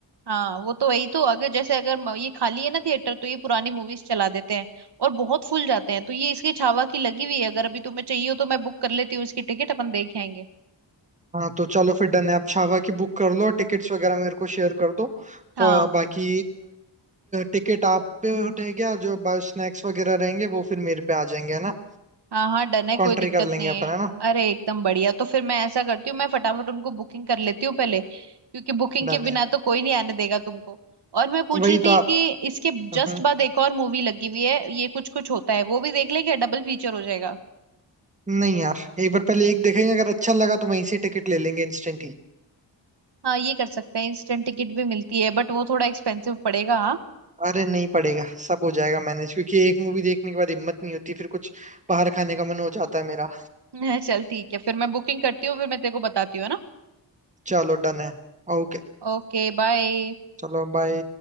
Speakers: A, on the right; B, on the right.
A: हाँ वो तो वही तो अगर जैसे अगर म- ये खाली है ना थिएटर तो ये पुरानी मूवीज चला देते हैं और बहुत फुल जाते हैं तो ये इसकी छावा की लगी हुई है अगर अभी तुम्हें चाहिए हो तो मैं बुक कर लेती हूँ इसकी टिकट अपन देख आएंगे
B: हाँ तो चलो फिर डन है आप छावा की बुक कर लो और टिकट्स वगैरह मेरे को शेयर कर दो
A: हाँ
B: और बाकी टिकट आप पे रहेगा और जो स्नैक्स वगैरह रहेंगे वो फिर मेरे पे आ जाएंगे है ना
A: हाँ हाँ डन है कोई
B: कॉन्ट्री
A: दिक्कत
B: कर लेंगे
A: नहीं
B: अपन
A: है
B: है ना
A: अरे एकदम बढ़िया तो फिर मैं ऐसा करती हूँ मैं फटाफट उनको बुकिंग कर लेती हूँ पहले क्योंकि बुकिंग
B: डन
A: के
B: है
A: बिना तो कोई नहीं आने देगा तुमको और मैं पूछ
B: वही
A: रही थी
B: तो आप
A: कि इसके
B: हम्म,
A: जस्ट बाद एक और मूवी लगी हुई है ये कुछ कुछ होता है वो भी देख लेंगे डबल फीचर हो जाएगा
B: नहीं यार एक बार पहले एक देखेंगे अगर अच्छा लगा तो वहीं से टिकट ले लेंगे इंस्टेंट
A: हाँ ये कर सकते हैं इंस्टेंट टिकट भी मिलती है बट वो थोड़ा एक्सपेंसिव पड़ेगा हाँ
B: अरे नहीं पड़ेगा सब हो जाएगा मैनेज क्योंकि एक मूवी देखने के बाद हिम्मत नहीं होती फिर कुछ बाहर खाने का मन हो जाता है मेरा
A: <laughs> चल ठीक है फिर मैं बुकिंग करती हूँ फिर मैं तेरे को बताती हूँ है ना
B: चलो डन है ओके
A: Okay bye
B: चलो बाय